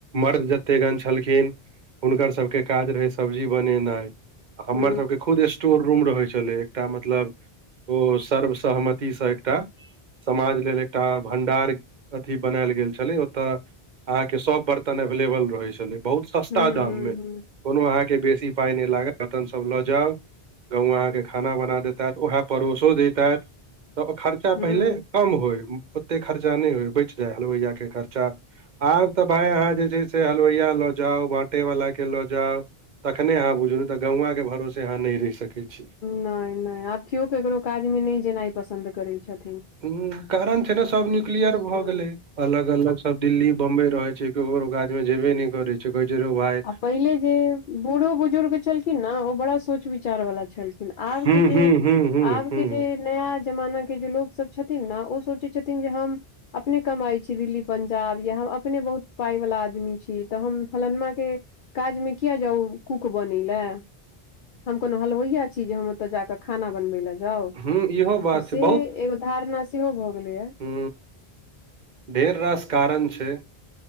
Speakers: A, on the right; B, on the left.
A: मर्द जतेकगण छलखिन हुनकर सबके काज रहै सब्जी बनेनाइ आ हमर
B: ह
A: सबके खुद स्टोर रूम रहै छलै एकटा मतलब ओ सर्वसहमतिसँ एकटा समाज लेल एकटा भंडार अथी बनाल गेल छलै तऽ अहाँके सभ बर्तन एवेलेबल रहै छलै बहुत सस्ता
B: ह
A: दाममे।
B: ह ह
A: कोनो अहाँके बेसी पाय नहि लागत बर्तन सब लऽ जाउ। <unintelligible> अहाँके खाना बना देैतेत उह परोसो दैतेत। तऽ ओ खर्चा
B: हुं
A: पहिले कम होय ओते खर्चा नहि होय बच जाय हलवइया के खर्चा खर्चा आब तऽ भाय अहाँ जे छैय से हलवइया लऽ जाउ बाँटे वाला के लऽ जाउ। तखने अहाँ बुझू ने तऽ गौंवाके भरोसे अहाँ नहि रहि सकैत छी।
B: नहि नहि आब केओ केकरो काजमे नहि जेनाइ पसन्द करैत छथि।
A: ह कारण छैय ने सब न्यूक्लियर भऽ
B: हुं
A: गेलै। अलग-अलग सब दिल्ली बंबई रहे छैय क्यो ककरो काजमे जेबे नहि करेय। कहै छैय रौ भाइ
B: आ पहिले जे बूढ़ो बुजुर्ग छलखिन ने ओ बड़ा सोच विचार वाला छलखिन लेकिन आबके
A: हूं
B: जे,
A: हूं हूं हूं
B: आबके
A: हूं
B: जे नया जमाना के जे लोक सब छथिन ने ओ सोचै छथिन जे हम अपने कमाइ छी दिल्ली पंजाब या हम अपने बहुत पाय वाला आदमी छी तऽ हम फलानमा के काजमे किया जाउ कूक बनै लए। हम कोनो हलवइया छी जे हम ओते जाके खाना बनबे ल जाउ
A: हूं इहो बात
B: तऽ से
A: छै
B: एगो धारणा सेहो भऽ गेलैया।
A: हू ढेर रास कारण छैय।